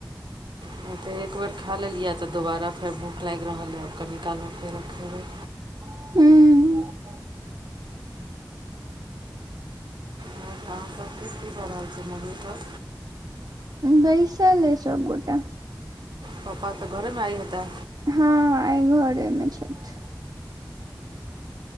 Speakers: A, on the right; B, on the right.
A: हम तऽ एक बेर खा लेलियै तऽ दोबारा फेर भूख लागि रहल अइ आब कनीकालमे फेरो खेबै
B: हूँ
A: अहाँके सभके की भऽ रहल छै ममी कऽ
B: बैसल अइ सब गोटा
A: पापा तऽ घरेमे आइ हेता
B: हँ आइ घरेमे छथि